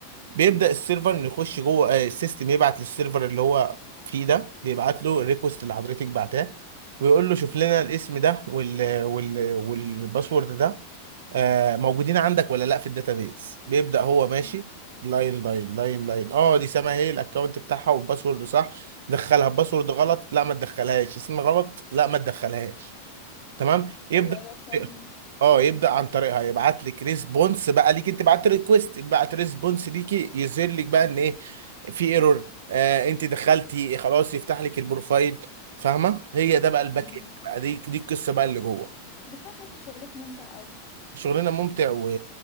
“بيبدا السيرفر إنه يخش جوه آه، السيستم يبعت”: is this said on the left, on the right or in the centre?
Right